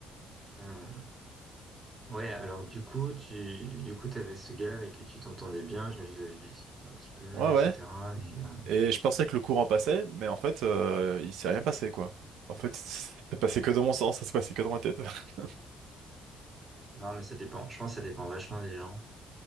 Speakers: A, on the right (about 20°); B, on the right (about 80°).
A: Euh, ouais, alors du coup, tu, du coup, t'avais ce gars avec qui tu t'entendais bien, j'imagine que vous avez discuté un petit peu,
B: Ouais,
A: etc.
B: ouais.
A: Et, euh,
B: Et je pensais que le courant passait, mais en fait, euh, il s'est rien passé, quoi. En fait, c'est c'est passé que dans mon sens, ça s'est passé que dans ma tête. <laughs>
A: non, mais ça dépend, je pense que ça dépend vachement des gens.